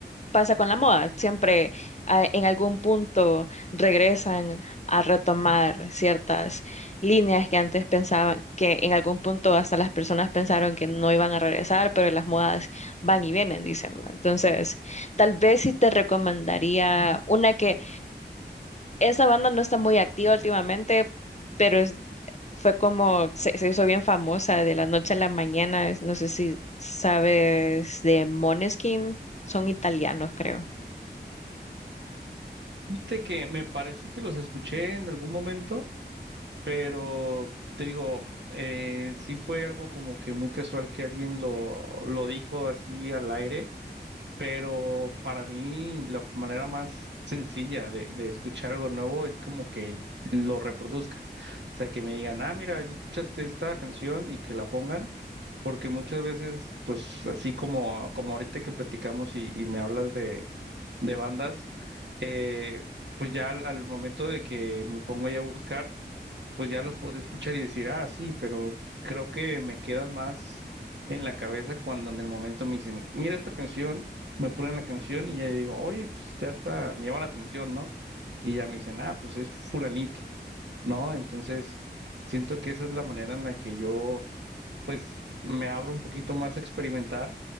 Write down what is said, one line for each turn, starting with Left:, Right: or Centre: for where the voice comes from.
Left: pasa con la moda, siempre ah, en algún punto regresan a retomar ciertas líneas que antes pensaban, que en algún punto hasta las personas pensaron que no iban a regresar, pero las modas van y vienen, dicen. ¿no? Entonces, tal vez sí te recomendaría una que esa banda no está muy activa últimamente, pero es fue como, se, se hizo bien famosa de la noche a la mañana. es- No sé si sabes de Moneskin son italianos, creo.
Right: Fíjate que me parece que los escuché en algún momento, pero te digo, eh, sí fue algo como que muy casual que alguien lo, lo dijo así al aire Pero para mí la manera más sencilla de, de escuchar algo nuevo es como que lo reproduzcan. O sea, que me digan, ah, mira, ya escuchaste esta canción y que la pongan, porque muchas veces, pues así como, como ahorita que platicamos y, y me hablas de, de bandas, eh, pues ya al, al momento de que me pongo ya a buscar pues ya los podré escuchar y decir, ah, sí, pero creo que me quedan más en la cabeza cuando en el momento me dicen, mira esta canción, me ponen la canción y ya yo digo, oye, pues ya está, me llama la atención, ¿no? Y ya me dicen, ah, pues es fulanito, ¿no? Entonces, siento que esa es la manera en la que yo, pues, me abro un poquito más a experimentar,